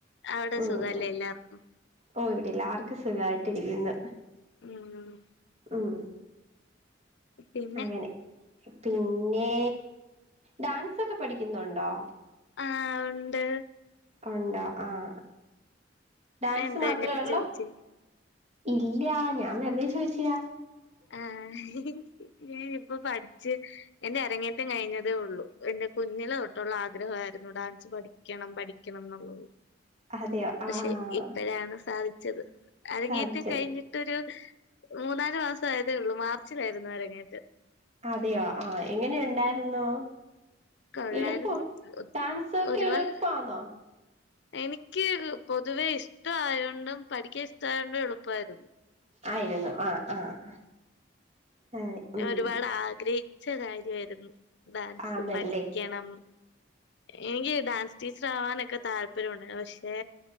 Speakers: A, on the left; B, on the right.
A: അവിടെ
B: ഉം
A: സുഖല്ലേ
B: ഉം
A: എല്ലാർക്കും
B: ഓ ഇവിടെല്ലാർക്കും സുഖായിട്ടിരിക്കുന്നു
A: ഉം
B: ഉം
A: പിന്നെ
B: അങ്ങനെ പിന്നെ ഡാൻസൊക്കെ പഠിക്കുന്നുണ്ടോ
A: ആഹ് ഒണ്ട്
B: ഒണ്ടോ ആഹ് ഡാൻസ്
A: എന്താ
B: മാത്രേ
A: അങ്ങനെ
B: ഒള്ളോ
A: ചോദിച്ചേ
B: ഇല്ല ഞാൻ വെറുതെ ചോദിച്ചിയാ
A: ആഹ് നീ ഇപ്പൊ പഠിച്ച് എന്റെ അരങ്ങേറ്റം കഴിഞ്ഞതേ ഉള്ളൂ എന്റെ കുഞ്ഞിലെ തൊട്ടുള്ള ആഗ്രഹായിരുന്നു ഡാൻസ് പഠി ക്കണം പഠിക്കണം ന്നുള്ളത്
B: അതെയോ ആഹ്
A: പക്ഷെ ഇപ്പോഴാണ് സാധിച്ചത് അരങ്ങേറ്റം
B: സാധിച്ചത്
A: കഴിഞ്ഞിട്ടൊരു മൂന്നാല്മാസം ആയതേ ഉള്ളൂ മാർച്ചിലായിരുന്നു അരങ്ങേറ്റം
B: അതെയോ ആഹ് എങ്ങനെ
A: ഉം
B: ഉണ്ടായിരുന്നൂ
A: കൊള്ളായിരുന്നു
B: എളുപ്പൊ ഡാൻസൊക്കെ
A: ഒരുപാട്
B: എളുപ്പാന്നോ
A: എനിക്ക് പൊതുവെ ഇഷ്ട ആയോണ്ടും പഠിക്കാൻ ഇഷ്ടായോണ്ടും എളുപ്പായിരുന്നു
B: ആയിരുന്നു ആഹ് ആഹ് ഏ
A: ഞാൻ
B: ഉം
A: ഒരുപാട് ആഗ്രഹിച്ച കാര്യമായിരുന്നു ഡാൻസ്
B: ആന്നല്ലേ
A: പഠിക്കണം എനിക്ക് ഡാൻസ് ടീച്ചർ ആവാനൊക്കെ താല്പര്യംണ്ട് പക്ഷെ